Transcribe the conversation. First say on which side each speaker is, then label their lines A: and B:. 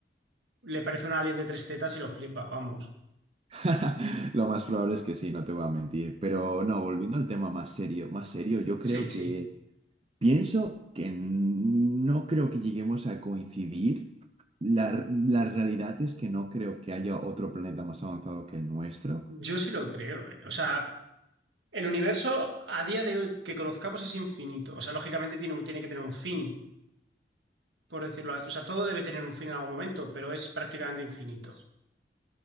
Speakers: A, on the right; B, on the right.
A: Le parece un alien de tres tetas y lo flipa, vamos.
B: <laughs> Lo más probable es que sí, no te voy a mentir, pero no, volviendo al tema más serio, más serio, yo creo
A: Sí, sí.
B: que... Pienso que no creo que lleguemos a coincidir. La, la realidad es que no creo que haya otro planeta más avanzado que el nuestro.
A: Yo sí lo creo. eh. O sea, el universo a día de hoy que conozcamos es infinito. O sea, lógicamente tiene, un- tiene que tener un fin, por decirlo así. O sea, todo debe tener un fin en algún momento, pero es prácticamente infinito.